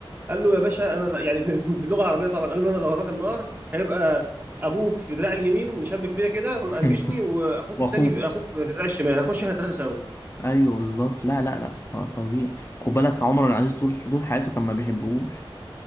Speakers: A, on the right; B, on the left.
A: قال له يا باشا انا يعني ب- <laughs> باللغه العربيه طبعا قال له انا لو هروح النار هيبقى ابوك في دراعي اليمين مشبك فيا كده منجشني
B: <laughs>
A: واخوك
B: واخوك
A: التاني في اخوك في دراعي الشمال هنخش احنا الثلاثه سوا
B: ايوه بالظبط لا لا لا ف- فظيع خد بالك عمر بن العزيز طول طول حياته كان ما بيحبوش